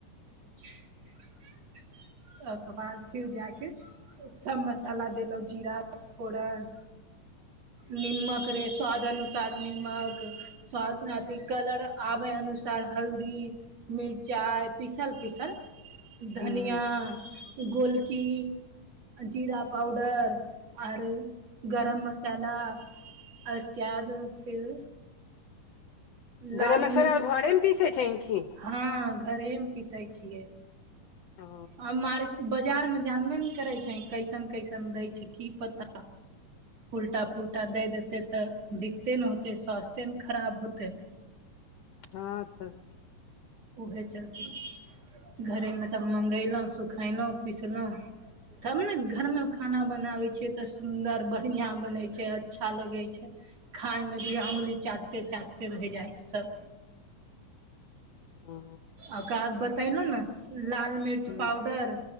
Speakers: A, on the right; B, on the left.
A: <inaudible> ओहिकर बाद फेर जा कऽ सभ मसाला देलहुँ जीरा फोरन निमक रे स्वाद अनुसार निमक स्वाद अथ कलर आबे अनुसार हल्दी मिरचाइ पीसल पीसल धनियाँ
B: ह
A: गोलकी जीरा पाउडर आर गरम मसाला आसक्याद फिर लाल
B: गरम मसाला
A: मिर्च
B: आर घरे मे पीसे छै की
A: हँ घरेमे पिसै छियै
B: ओ
A: आ मार बाजारमे जानबे ने करै छै कैसन कैसन दै छै की पता उल्टा पुल्टा दै देतै तऽ दिक्कते ने होतै स्वास्थे ने खराब होतै
B: हँ तब
A: उएह चलते घरेमे सभ मगयलहुँ सुखयलहुँ पिसलहुँ तब ने घरमे खाना बनाबै छियै तऽ सुन्दर बढ़िआँ बनैत छै अच्छा लगै छै खाइमे भी अँगुली चाटते चाटते रहि जाइ छै
B: हु
A: ओकाद बतेलहु ने लाल मिर्च
B: ह
A: पाउडर